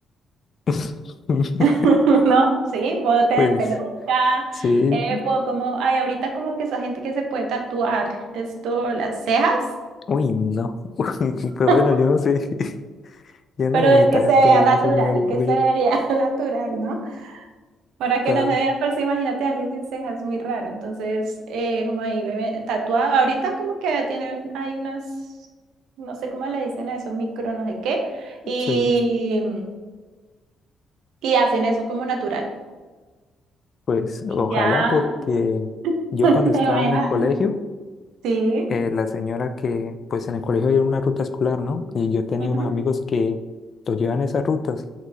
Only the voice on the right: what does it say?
<laughs> ¿no? Sí, puedo tener
peluca.
eh, puedo como, ay, ahorita como que esa gente que se puede tatuar esto, las cejas,
<laughs>
pero
que se vea natural,
que se vea <laughs> natural, ¿no? Para que
no se vea, pero sí, imagínate a alguien sin cejas, muy raro. Entonces, eh, como ahí me tatuado, ahorita como que tienen, hay unas, no sé cómo le dicen a eso, micro no sé qué, y,
y hacen eso como natural.
Ya,
<laughs>
¿te imaginas?
Sí.
ujú,